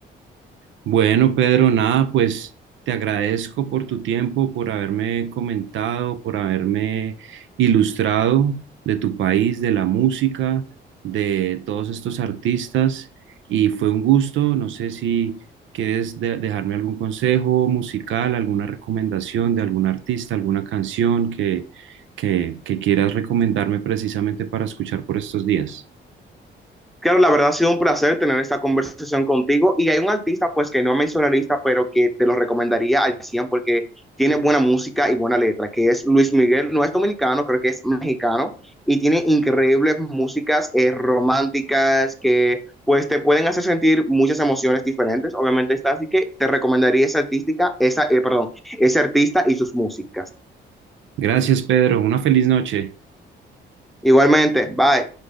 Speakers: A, on the right; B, in the centre.
A: Bueno, Pedro, nada, pues te agradezco por tu tiempo, por haberme comentado, por haberme ilustrado de tu país, de la música, de todos estos artistas. Y fue un gusto. No sé si quieres de- dejarme algún consejo musical, alguna recomendación de algún artista, alguna canción que, que, que quieras recomendarme precisamente para escuchar por estos días.
B: Claro, la verdad ha sido un placer tener esta conversación contigo y hay un artista pues que no es mencionarista, pero que te lo recomendaría al 100 porque tiene buena música y buena letra, que es Luis Miguel, no es dominicano, creo que es mexicano y tiene increíbles músicas eh, románticas que pues te pueden hacer sentir muchas emociones diferentes, obviamente está, así que te recomendaría esa artística, esa, eh, perdón, ese artista y sus músicas.
A: Gracias, Pedro. Una feliz noche.
B: Igualmente, bye.